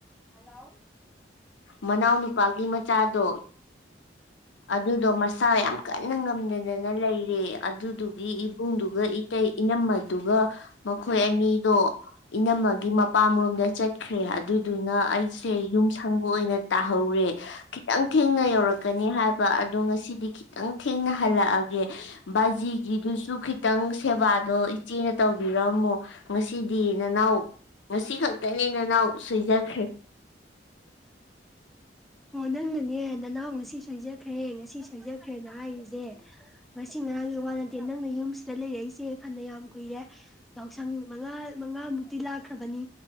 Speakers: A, in the centre; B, on the left.
A: ꯍꯜꯂꯥꯎ
B: ꯃꯅꯥꯎꯅꯨꯄꯥꯒꯤ ꯃꯆꯥꯗꯣ ꯑꯗꯨꯗꯣ ꯃꯁꯥ ꯌꯥꯝ ꯀꯟꯅ ꯉꯝꯗꯗꯅ ꯂꯩꯔꯦ ꯑꯗꯨꯗꯨ <unintelligible> ꯏꯕꯨꯡꯗꯨꯒ ꯏꯇꯩ ꯏꯅꯝꯃꯗꯨꯒ ꯃꯈꯣꯏ ꯑꯅꯤꯗꯣ ꯏꯅꯝꯃꯒꯤ ꯃꯄꯝꯂꯣꯝꯗ ꯆꯠꯈꯔꯦ ꯑꯗꯨ ꯗꯨꯅ ꯑꯩꯁꯦ ꯌꯨꯝ ꯁꯪꯕꯥ ꯑꯣꯏꯅ ꯇꯥꯍꯧꯔꯦ ꯈꯤꯇꯪ ꯊꯦꯡꯅ ꯌꯧꯔꯛꯀꯅꯤ ꯑꯗꯣ ꯉꯁꯤꯗꯤ ꯈꯤꯇꯪ ꯊꯦꯡꯅ ꯍꯜꯂꯛꯑꯒꯦ ꯕꯥꯖꯤꯒꯤꯗꯨꯁꯨ ꯈꯤꯇꯪ ꯁꯦꯕꯥꯗꯣ ꯏꯆꯦꯅ ꯇꯧꯕꯤꯔꯝꯃꯣ ꯉꯥꯁꯤꯗꯤ ꯅꯅꯥꯎ ꯉꯁꯤꯈꯛꯇꯅꯤ ꯅꯅꯥꯎ ꯁꯣꯏꯖꯈꯔ꯭ꯦ <unintelligible>
A: ꯍ‌ꯣꯢ ꯅꯪꯅꯅ‌ꯦ ꯅꯅꯥꯎ ꯉꯁꯤ ꯁ‌ꯣꯢꯖꯈ꯭ꯔ‌ꯦ ꯉꯁꯤ ꯁ‌ꯣꯢꯖꯈ꯭ꯔ‌ꯦꯅ ꯍꯥꯢꯔꯤꯖ‌ꯦ ꯉꯁꯤ ꯉꯔꯥꯡꯒꯤ ꯋꯥ ꯅꯠꯇ‌ꯦ ꯅꯪꯅ ꯌꯨꯝꯁꯤꯗ ꯂꯩꯔꯛꯏꯁ‌ꯦ ꯐꯅꯌꯥꯝ ꯀꯨꯢꯔ‌ꯦ ꯌꯥꯎꯁꯪ ꯃꯉꯥꯃꯨꯛꯇꯤ ꯂꯥꯛꯈ꯭ꯔꯕꯅꯤ